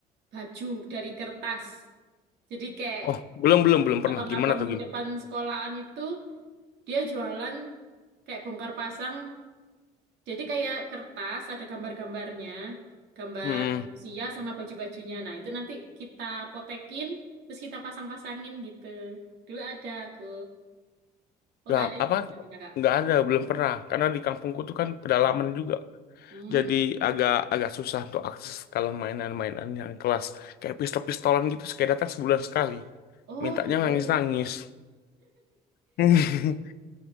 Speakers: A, on the right; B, on the left.
A: baju dari kertas. Jadi kayak
B: oh belum belum
A: ab-
B: belum pernah
A: abang-abang
B: gimana tuh
A: di
B: gimana
A: depan sekolahan itu dia jualan kayak bongkar pasang. Jadi kayak kertas ada gambar-gambarnya, gambar
B: Hmm.
A: manusia sama baju-bajunya. Nah, itu nanti kita potekin terus kita pasang-pasangin gitu. Dulu ada aku. Oh,
B: Nggak,
A: nggak ada ya
B: apa?
A: tempatnya kakak.
B: Nggak ada, belum pernah. Karena di kampungku tuh kan pedalaman juga.
A: Hmm.
B: Jadi agak agak susah untuk akses kalau mainan-mainan yang kelas kayak pistol-pistolan gitu sekali datang sebulan sekali.
A: Oh,
B: Mintanya
A: gitu.
B: nangis-nangis. <laughs>